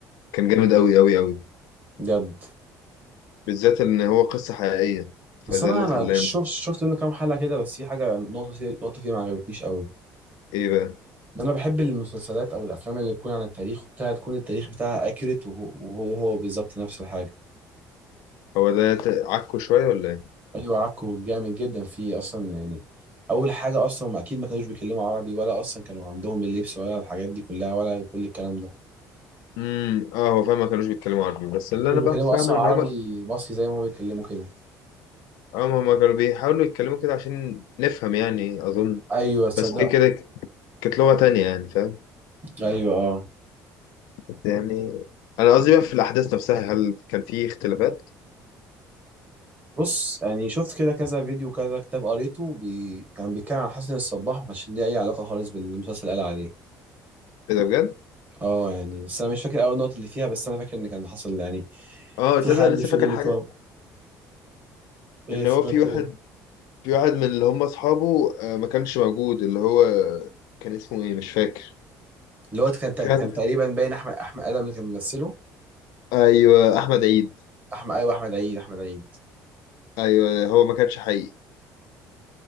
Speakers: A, on the left; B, on the right.
A: كان جامد قوي قوي قوي
B: بجد
A: بالذات ان هو قصة حقيقية
B: بس
A: فده
B: انا
A: اللي
B: انا
A: خلاني
B: شفت شفت منه كام حلقة كده بس في حاجة نقطة فيه نقطة فيه ما عجبتنيش قوي
A: ايه بقى
B: ده انا بحب المسلسلات او الافلام اللي تكون عن التاريخ وبتاعها تكون التاريخ بتاعها اكيوريت وهو وهو هو بالظبط نفس الحاجه
A: هو ده ت- عكه شوية ولا ايه
B: ايوه عكو جامد جدا فيه اصلا يعني اول حاجه اصلا هم اكيد ما كانوش بيتكلموا عربي ولا اصلا كانوا عندهم اللبس ولا الحاجات دي كلها ولا كل الكلام ده
A: امم اه هو فاهم ما كانوش بيتكلموا عربي بس اللي
B: ما كانوش
A: انا
B: بيتكلموا
A: بقى فاهمه
B: اصلا عربي
A: ان هما
B: مصري زي ما هم بيتكلموا كده
A: اه هما كانوا بيحاولوا يتكلموا كده عشان نفهم يعني اظن
B: ايوه صدق
A: بس دي كده كانت لغة تانية يعني فاهم
B: ايوه اه
A: بس يعني انا قصدي بقى في الاحداث نفسها هل كان في اختلافات
B: بص يعني شفت كده كذا فيديو كذا كتاب قريته بي... كان بيتكلم عن حسن الصباح ما كانش ليه اي علاقه خالص بالمسلسل اللي قال عليه
A: ايه ده بجد
B: اه يعني بس انا مش فاكر اول نقطه اللي فيها بس انا فاكر ان كان حصل يعني
A: اه تصدق
B: في حد
A: أنا لسه
B: في
A: فاكر
B: اللي
A: حاجة
B: بتوع ايه
A: ان
B: افتكرت
A: هو في واحد
B: ايه
A: في واحد من اللي هم اصحابه آه، ما كانش موجود اللي هو كان اسمه ايه مش فاكر
B: اللي هو كان تق-
A: في
B: كان
A: واحد
B: تقريبا باين احمد احمد ادم اللي كان ممثله
A: ايوه احمد عيد
B: احمد ايوه احمد عيد احمد عيد
A: ايوه هو ما كانش حقيقي